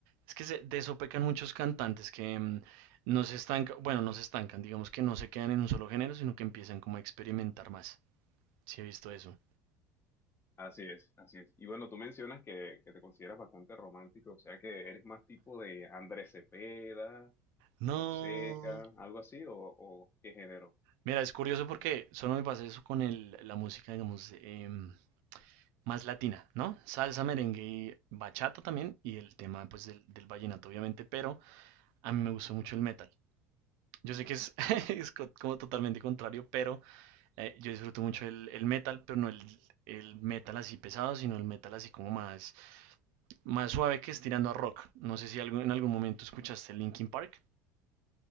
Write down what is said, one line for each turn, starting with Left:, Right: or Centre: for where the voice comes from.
Right: Es que se- de eso pecan muchos cantantes que mm, no se estancan, bueno, no se estancan, digamos que no se quedan en un solo género, sino que empiezan como a experimentar más. Sí, he visto eso.
Left: Así es, así es. Y bueno, tú mencionas que, que te consideras bastante romántico, o sea que eres más tipo de Andrés Cepeda
Right: No.
Left: Fonseca, algo así, o, o qué género.
Right: Mira, es curioso porque solo me pasa eso con el, la música, digamos, em, más latina, ¿no? Salsa, merengue y bachata también, y el tema, pues, del, del vallenato, obviamente, pero a mí me gustó mucho el metal. Yo sé que es, <laughs> es co- como totalmente contrario, pero Eh, yo disfruto mucho el, el metal, pero no el, el metal así pesado, sino el metal así como más, más suave que es tirando a rock. No sé si algo, en algún momento escuchaste Linkin Park.